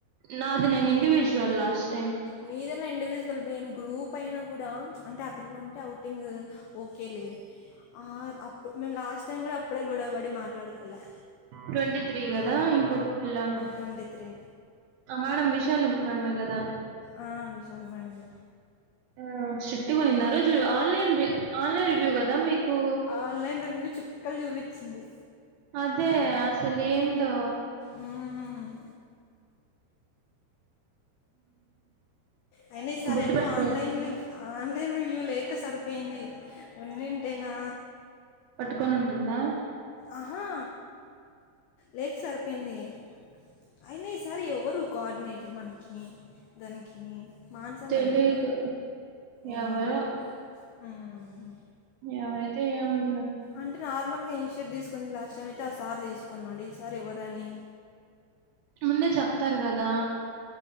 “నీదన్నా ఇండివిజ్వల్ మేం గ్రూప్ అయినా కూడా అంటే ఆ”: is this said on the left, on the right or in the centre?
Left